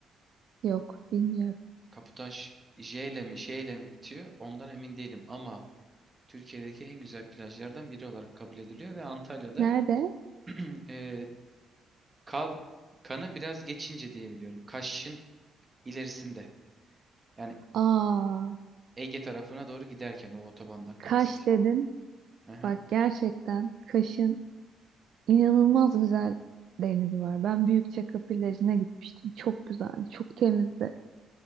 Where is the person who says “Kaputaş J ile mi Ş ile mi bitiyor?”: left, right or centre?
Right